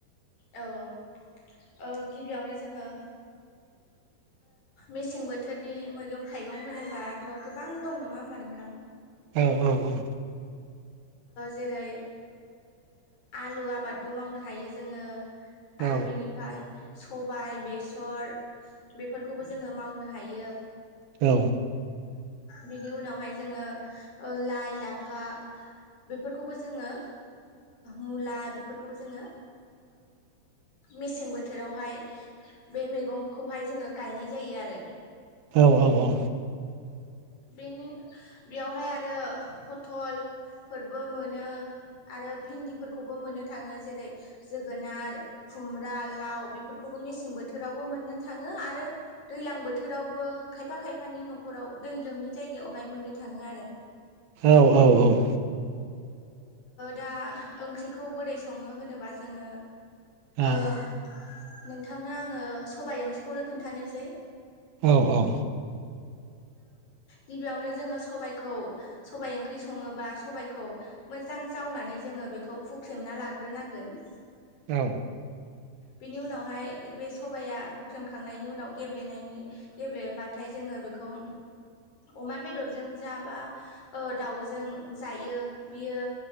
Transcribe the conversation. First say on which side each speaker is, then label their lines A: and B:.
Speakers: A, on the left; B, on the right.
A: औ औ औ गिबियावनो जोङो
B: <inaudible>
A: मेसें बोथोरनि मैगं थाइगं होनोबाथ' गोबां दं नङा होमबा नोंथां
B: औ औ औ
A: जेरै आलु आबादबो मावनो हायो जोङो
B: औ
A: आरो बिनिफ्राय सबाय बेसर बेफोरखौबो जोङो मावनो हायो
B: औ
A: बिनि उनावहाय जोङो लाइ लाफा बेफोरखौबो जोङो मुला बेफोरखौबो जोङो मेसें बोथोरावहाय बे मैगंखौहाय जोङो गायनाय जायो आरो
B: औ औ औ
A: बेनो बेयावहाय आरो फथलफोरबो मोनो नो आरो भिन्दिफोर खौबो मोननो थाङो जेरै जोगोनार खुमब्रा लाव बेफोरखौबो मेसें बोथोरावबो मोन मोननो थाङो आरो दैलां बोथोरावबो खायफा खायफानि न'खराव दै लोमनि जायगायावहाय मोननो थाङो आरो
B: औ औ औ
A: दा ओंख्रिखौ बोरै सङो होनोबा जोङो
B: आ
A: नोंथांनो आङो सबाय ओंख्रिखौनो खोनन्थानोसै
B: औ औ
A: गिबियावनो जोङो सबाइखौ सबाइ ओंख्रि सङोबा सबाइखौ मोजां मोजां जावनानै जोङो बेखौ हुख्रेमना लाग्रोनांगोन
B: औ
A: बिनि उनावहाय बे सबाया हुख्रेमखांनायनि उनाव गेब्लेनायनि गेब्लेबाथाय जोङो बे खौ अमा बेदरजों जा बा दाउजों जायो बियो